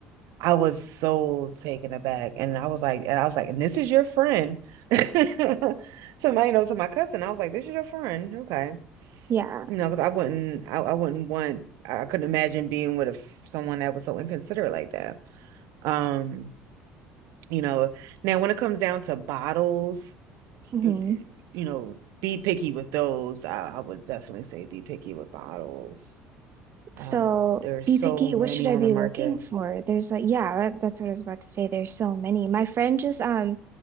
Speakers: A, on the right; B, on the right.
A: I was so taken aback. And I was like, and I was like, and this is your friend. <laughs> Somebody, knows, know, to my cousin, I was like, this is your friend. Okay.
B: Yeah.
A: You know, because I wouldn't, I, I wouldn't want, I I couldn't imagine being with a, f- someone that was so inconsiderate like that. Um, you know, now when it comes down to bottles,
B: hmm
A: it, it- you know, be picky with those. I, I would definitely say be picky with bottles. Um,
B: So
A: there's
B: be
A: so
B: picky.
A: many
B: What should I
A: on
B: be
A: the market.
B: looking for? There's like, yeah, that- that's what I was about to say. There's so many. My friend just um